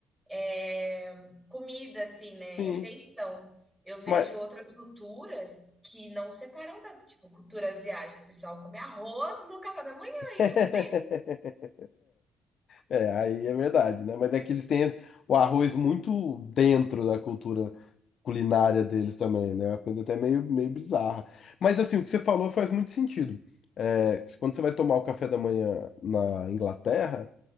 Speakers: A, in the centre; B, on the left (about 60°).
A: é, comida, assim, né,
B: sim,
A: refeição. Eu vejo
B: mas
A: outras culturas que não separam tanto, tipo, cultura asiática, o pessoal come arroz no café da manhã
B: <laughs>
A: e tudo bem.
B: é, aí é verdade, né? Mas é que eles têm o arroz muito dentro da cultura culinária deles também, né? É Uma coisa até meio, meio bizarra. Mas assim, o que você falou faz muito sentido. É, quando você vai tomar o café da manhã na Inglaterra,